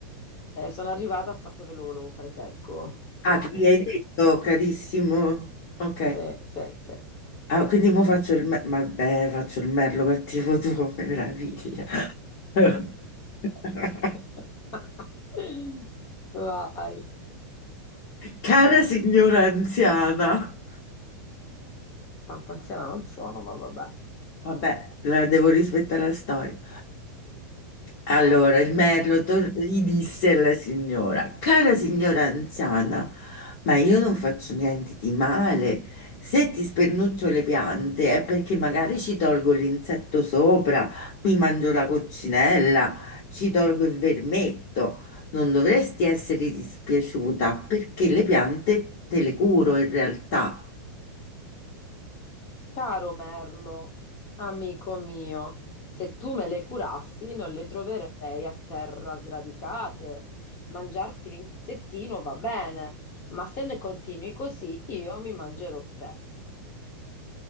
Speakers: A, on the left; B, on the left.
A: eh, sono arrivata al fatto che lo volevo fare secco.
B: Ah,
A: <laughs>
B: che gli hai detto, carissimo. Ok.
A: Sì, sì, sì.
B: Ah, quindi mo faccio il merlo, vabbè, faccio il merlo cattivo tuo, <laughs> meraviglia. <laughs>
A: <laughs> Vai.
B: Cara signora anziana,
A: Tanto anziana non sono, ma vabbè.
B: Vabbè, la devo rispettare la storia. Allora, il merlo tor- gli disse alla signora, cara signora anziana, ma io non faccio niente di male. Se ti spernuccio le piante è perché magari ci tolgo l'insetto sopra, mi mangio la coccinella, ci tolgo il vermetto. Non dovresti essere dispiaciuta perché le piante te le curo in realtà.
A: Caro Merlo, amico mio, se tu me le curassi non le troverei a terra sradicate. Mangiarti l'insettino va bene, ma se le continui così io mi mangerò te.